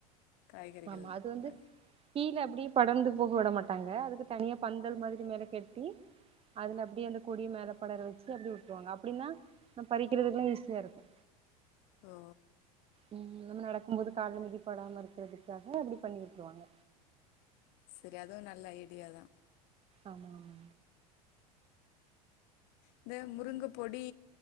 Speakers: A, on the left; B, on the right.
A: காய்கறிகள்
B: ஆமா அது வந்து
A: விளை-
B: கீழ அப்டியே படர்ந்து போக விட மாட்டாங்க அதுக்கு தனியா பந்தல் மாதிரி மேல கெட்டி அதுல அப்டியே அந்த கொடிய மேல படற வச்சு அப்டி விட்டுருவாங்க அப்படினா நம்ம பறிக்கிறதுக்குன்னு ஈஸியா இருக்கு
A: ஓ
B: உம் நம்ம நடக்கும் போது கால்ல மிதிப்படாம இருக்கிறதுக்காக அப்படி பண்ணி விட்டுருவாங்க
A: சரி அதுவு நல்ல ஐடியா தா
B: ஆமா ஆமா
A: இந்த முருங்க பொடி